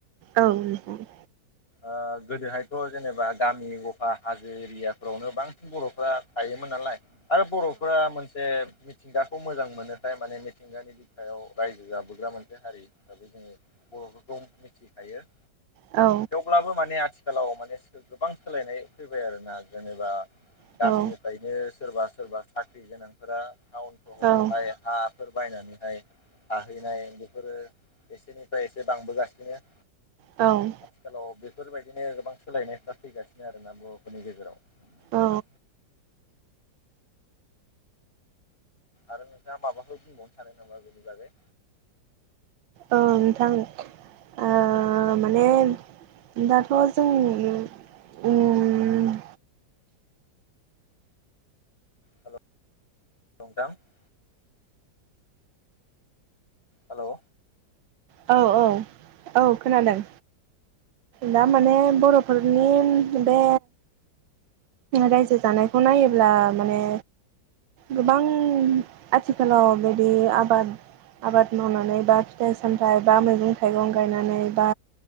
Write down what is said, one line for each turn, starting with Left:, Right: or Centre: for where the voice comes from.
Right: औ नोंथां।
Left: ओ गोदोहायथ' जेनेबा गामि गफा हाजो एरियाफोरावनो बांसिन बर'फ्रा थायोमोन नालाय आरो बर'फोरा मोन से मिथिंगाखौ मोजां मोनोखाय माने मिथिंगानि बिखायाव रायजो जाबोग्रा मोनसे हारि, दा बेनो बर'फोरखौ मिथिखायो।
Right: औ।
Left: अब्लाबो माने आथिखालाव माने गोबां सोलायनाय फैबाय आरोना जेनेबा गामिनिफ्रायनो
Right: औ
Left: सोरबा सोरबा साख्रि गोनांफोरा टाउन सहरावहाय
Right: औ
Left: हाफोर बायनानैहाय थाहैनाय बे फोरो एसेनिफ्राय एसे बांबोगासिनो।
Right: औ।
Left: आथिखालाव बेफोरबायदिनो गोबां सोलायनायफ्रा फैगासिनो आरोना बर'फोरनि गेजेराव।
Right: औ।
Left: नोंथां आरो नोंथाङा माबाफोर बुंबावनो सानो नामा बेनि बागै?
Right: औ नोंथां ओ माने दाथ' जोङो उम
Left: हेल' <unintelligible> हेलौ?
Right: औ औ औ खोनादों। दा माने बर'फोरनि बे रायजो जानायखौ नायोब्ला माने गोबां आथिखालाव बिदि आबाद आबाद मावनानै बा फिथाइ सामथाइ बा मैगं थाइगं गायनानै बा